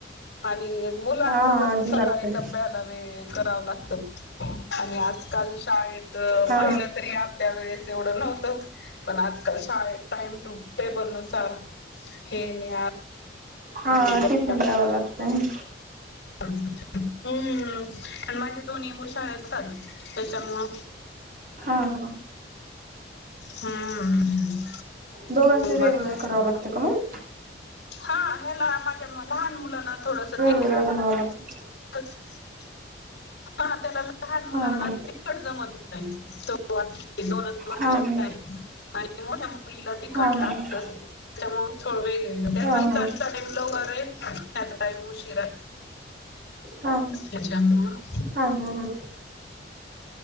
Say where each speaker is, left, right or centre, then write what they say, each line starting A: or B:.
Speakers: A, on the left; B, on the right.
A: आणि मुलांचं
B: हा हा
A: कसं
B: आधी
A: सकाळी
B: लागतय.
A: डब्याला वे करावं लागतं. आणि आजकाल शाळेत
B: हा
A: पहिला तरी ऍ''--'' आपल्या वेळेस एवढं नव्हतं पण आजकाल शाळेत टाईम टू टेबल नुसार. हे न्या.
B: हा
A: ते द्या.
B: टिफिन द्यावं लागतंय.
A: हम्म आणि माझे दोन्ही मुलं शाळेला जातात त्याच्यामुळं.
B: हा हा.
A: हम्म.
B: दोघांचै वेगवेगळं
A: बाकी
B: करावं लागतंय का मंग?
A: हा ह्याला माझ्या लहान मुलांना थोडसं टिफि''--''
B: वेगळं बनवावं लागतं.
A: <inaudible> हा त्याला लहान मुलांना
B: हा हा
A: <inaudible> जमत नाही दोन
B: हा
A: आणि मोठ्या मुलीला तिखट
B: हा हा हा
A: लागतंच त्यामुळं <inaudible>
B: हा हा
A: <inaudible> टाईम उशीराहे
B: हा
A: त्याच्या मुळं.
B: हा बोला ना.